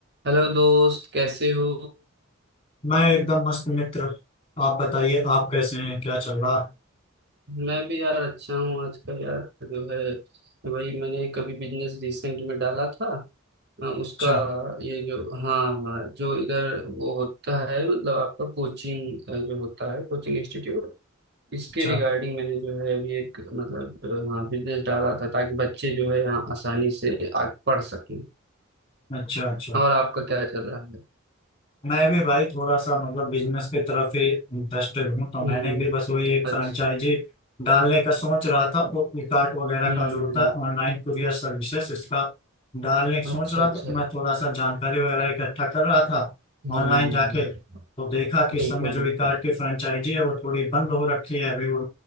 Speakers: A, on the right; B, on the left.
A: Hello दोस्त कैसे हो
B: मैं एकदम मस्त मित्र आप बताइए आप कैसे हैं क्या चल रहा
A: मैं भी यार अच्छा हूँ आजकल यार जो है वही मैंने कभी बिजनेस रिसेंट में डाला था अ, उसका
B: अच्छा
A: ये जो हाँ हाँ जो इधर वो होता है मतलब आपका कोचिंग जो होता है कोचिंग इंस्टीट्यूट इसके
B: अच्छा
A: रिगार्डिंग मैंने जो है अभी एक मतलब अ, हाँ बिजनेस डाला था ताकि बच्चे जो है यहाँ आसानी से आ पढ़ सकें
B: अच्छा अच्छा
A: और आपका क्या चल रहा है
B: मैं भी भाई थोड़ा सा मतलब बिजनेस की तरफ ही इंटरेस्टेड हूँ तो मैंने
A: हम्म
B: भी बस वही एक फ्रेंचाइजी
A: अच्छा
B: डालने का सोच रहा था वो फ्लिपकार्ट वगैरह
A: हम्म
B: का जो होता है ऑनलाइन कुरियर सर्विसेज इसका डालने की सोच
A: अच्छा
B: रहा
A: अच्छा
B: था तो मैं थोड़ा सा जानकारी वगैरह इकट्ठा कर रहा था
A: हम्म
B: ऑनलाइन जाके तो देखा कि इस
A: बिल्कुल
B: समय जो
A: बिल्कुल
B: इकार्ट की फ्रेंचाइजी है वो थोड़ी बंद हो रखी है अभी वो